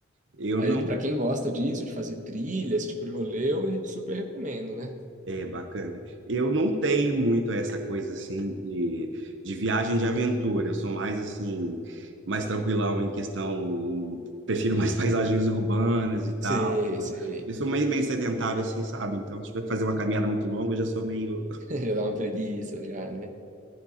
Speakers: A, on the right; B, on the right.
A: Eu
B: Aí,
A: não.
B: que para quem gosta disso, de fazer trilha, esse tipo de rolê, eu super recomendo, né?
A: É bacana. Eu não tenho muito essa coisa, assim, de, de viagem de aventura. Eu sou mais, assim, mais tranquilão em questão. Prefiro mais <laughs> paisagens urbanas e tal.
B: Sei, sei.
A: Eu sou meio, meio sedentário, assim, sabe? Então, se tiver que fazer uma caminhada muito longa, eu já sou meio.
B: <laughs> Já dá uma preguiça, já, né?